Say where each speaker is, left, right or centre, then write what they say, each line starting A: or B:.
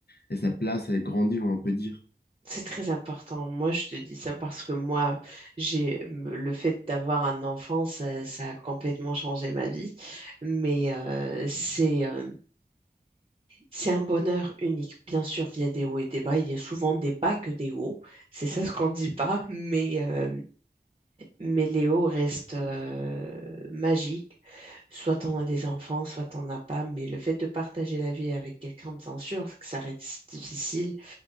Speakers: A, on the left (about 65°); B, on the right (about 30°).
A: et sa place elle grandit, on peut dire.
B: C'est très important. Moi, je te dis ça parce que moi, j'ai le fait d'avoir un enfant, ça, ça a complètement changé ma vie. Mais euh, c'est euh, c'est un bonheur unique. Bien sûr, il y a des hauts et des bas. Il y a souvent des bas que des hauts. C'est ça ce qu'on dit pas. Mais euh, Mais Léo reste euh, magique. Soit t'en as des enfants, soit t'en as pas. Mais le fait de partager la vie avec quelqu'un, bien sûr, que ça reste difficile